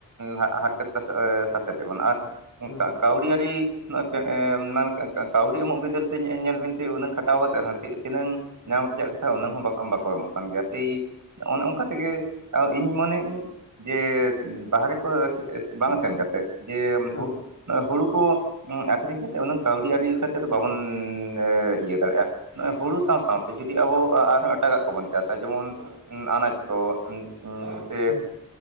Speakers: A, on the right; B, on the left.
A: ᱦᱟ ᱦᱟᱨᱠᱮᱛ ᱥᱟᱥ ᱟᱮᱻ ᱥᱟᱥᱮᱛ ᱮ ᱵᱚᱱ ᱟᱨ
B: ᱦᱩᱸ ᱦᱩᱸ
A: ᱠ ᱠᱟᱹᱣᱰᱤ ᱟᱨᱤ ᱱᱚᱜ ᱯᱮᱸᱻ <unintelligible> ᱠᱟᱹᱣᱰᱤ ᱮᱢᱚᱜ ᱵᱤᱫᱟᱹᱞ ᱛᱮ ᱧᱜ ᱧᱮᱞ ᱵᱤᱱ ᱥᱮ ᱩᱱᱟᱹᱝ ᱠᱷᱟᱴᱟᱣ ᱠᱟᱛᱮ ᱨᱮᱦᱚᱸ ᱛᱤᱱᱟᱹᱜ
B: ᱦᱩᱸ
A: ᱧᱟᱢ ᱨᱮᱡᱟᱜ ᱠᱟᱛᱷᱟ ᱩᱱᱟᱹᱜ ᱦᱚᱸ ᱵᱟᱠᱚ ᱮᱢᱚᱜ ᱠᱟᱱ ᱜᱮᱭᱟ ᱥᱮᱭ ᱚᱱᱮ ᱚᱱᱠᱟ ᱛᱮᱜᱮ ᱤᱧ ᱢᱚᱱᱮᱭᱼᱤᱧ ᱡᱮ ᱵᱟᱦᱨᱮ ᱠᱚ ᱥ ᱥ ᱵᱟᱝ ᱥᱮᱱ ᱠᱟᱛᱮᱫ ᱡᱮ
B: ᱦᱩᱸ
A: ᱦᱩ
B: ᱦᱩᱸ
A: ᱦᱩᱲᱩ ᱠᱚ ᱟᱠᱷᱨᱤᱧ ᱠᱟᱛᱮᱜ ᱩᱱᱟᱹᱝ ᱠᱟᱹᱣᱰᱤ ᱟᱨᱨᱤ ᱞᱮᱠᱟᱛᱮᱫᱚ ᱵᱟᱵᱚᱱ ᱤᱭᱟᱹ ᱫᱟᱲᱮᱭᱟᱜᱼᱟ, ᱱᱚᱜᱼᱚᱭ ᱦᱩᱲᱩ ᱥᱟᱶ-ᱥᱟᱶᱛᱮ ᱡᱩᱫᱤ ᱟᱵᱚ ᱟᱨᱦᱚᱸ ᱮᱴᱟᱜᱟᱜ ᱠᱚᱵᱚᱱ ᱪᱟᱥᱟ, ᱡᱮᱢᱚᱱ ᱟᱱᱟᱡ ᱠᱚ <unintelligible> ᱥᱮ
B: ᱦᱩᱸ ᱦᱩᱸ